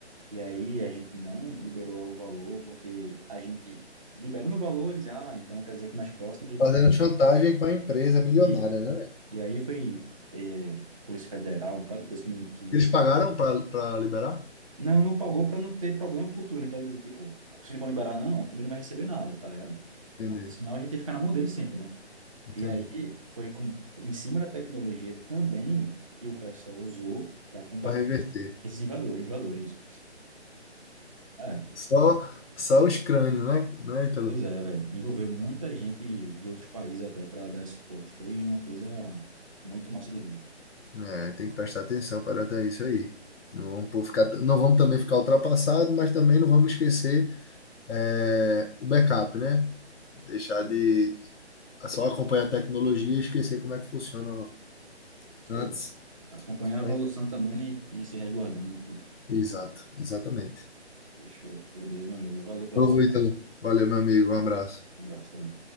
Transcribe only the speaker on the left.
Fazendo
chantagem com a empresa milionária,
né? velho?
Eles pagaram para liberar?
Entendi,
entendi.
Para reverter.
Só, só os crânios, né, né, Ítalo?
É, tem que prestar atenção para até isso aí. Não vamos, pô, ficar, não vamos também ficar ultrapassado, mas também não vamos esquecer é, o backup, né? Deixar
de só acompanhar a tecnologia e esquecer como é que funciona
antes.
Né?
Exato, exatamente.
Novo
Ítalo. Valeu, meu amigo. Um abraço.